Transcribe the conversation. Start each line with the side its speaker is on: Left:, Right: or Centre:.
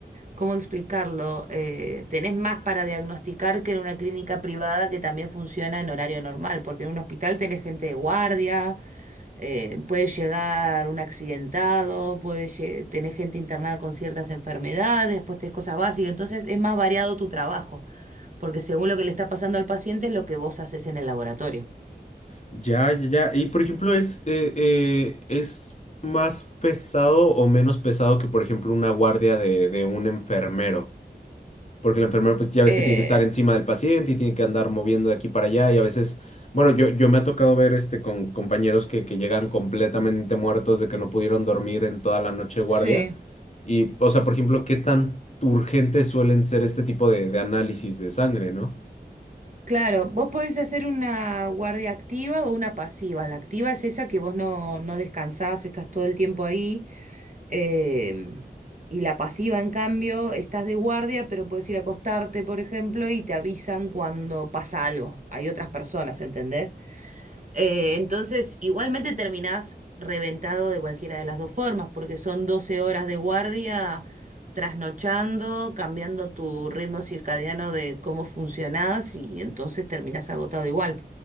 Right: ¿Cómo explicarlo? Eh, tenés más para diagnosticar que en una clínica privada que también funciona en horario normal, porque en un hospital tenés gente de guardia, eh, puede llegar un accidentado, puede lle- tenés gente internada con ciertas enfermedades, después tenés cosas básicas, entonces es más variado tu trabajo, porque según lo que le está pasando al paciente es lo que vos haces en el laboratorio.
Left: Ya, ya, ya. Y por ejemplo, ¿es, eh, eh, es más pesado o menos pesado que, por ejemplo, una guardia de, de un enfermero? porque el enfermero pues ya ves
Right: Eh,
Left: que tiene que estar encima del paciente y tiene que andar moviendo de aquí para allá y a veces, bueno, yo, yo me ha tocado ver este con compañeros que, que llegan completamente muertos de que no pudieron dormir en toda la noche de
Right: sí.
Left: guardia y, o sea, por ejemplo, ¿qué tan urgentes suelen ser este tipo de, de análisis de sangre, ¿no?
Right: Claro, vos podés hacer una guardia activa o una pasiva. La activa es esa que vos no, no descansás, estás todo el tiempo ahí. em, y la pasiva, en cambio, estás de guardia, pero podés ir a acostarte, por ejemplo, y te avisan cuando pasa algo. Hay otras personas, ¿entendés? Eh, entonces, igualmente terminás reventado de cualquiera de las dos formas, porque son 12 horas de guardia, trasnochando, cambiando tu ritmo circadiano de cómo funcionás y entonces terminás agotado igual.